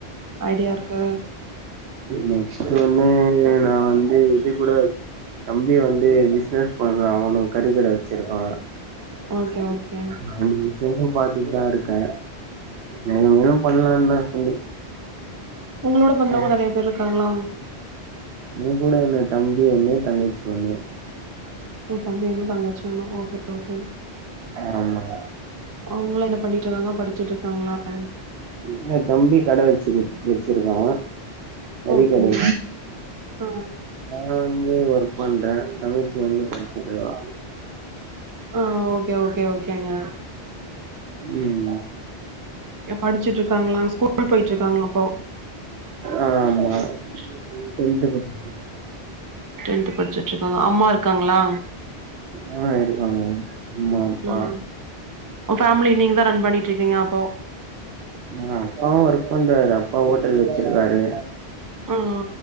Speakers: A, on the right (about 20°); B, on the right (about 75°).
A: ஐடியா இருக்கு
B: நெக்ஸ்ட் ஒன்னு நா வந்து இது கூட தம்பி வந்து பிஸ்னஸ் பண்றா அவனு கறி கட வெச்சிருக்கா
A: ஓகே
B: <inaudible>
A: ஓகே
B: விஷேசம் பாத் துட் தா இருக்கே மேலு மேலு பண்லான் தா சொல்லி
A: உங்களோட
B: <inaudible>
A: பொறந்தவங்க நெறைய பேர் இருக்காங்களா
B: ம் கூட என்ன தம்பி ஒன்னு தங்கச்சி ஒன்னு
A: ஒ தம்பி ஒன்னு தங்கச்சி ஒன்னா ஓகே ஓகே
B: ஆமா
A: அவங்கல்லா என்ன பண்ணிட்ருக்காங்க படிச்சிட்ருக்காங்களா எல்
B: இல்ல தம்பி கட வெச்சி குத் வெச்சிருக்கா கறி
A: ஓகே
B: கட
A: ஆ
B: நா வந் து ஒர்க் பண்றே தங்கச்சி வந்து படிச்சிட்ருக்கா
A: அ ஓகே ஓகே ஓகேங்க
B: ம்
A: அ படிச்சிட்ருக்காங்களா ஸ்கூல் போய்ட்ருக்காங்க அப்போ
B: ஆமா டென்த்து <unintelligible>
A: டென்த்து படிச்சிட்ருக்காங்க அம்மா இருக்காங்ளா
B: ஆ இருக்காங்க அம்மா அப்பா
A: ம் ஓ ஃபேமிலி நீங்க தா ரன் பண்ணிட்ருக்கீங்க அப்போ
B: இல்ல அப்பாவு ஒர்க் பண்றாரு அப்பா ஹோட்டல் வெச்சிருக்காரு
A: ஆ ஆ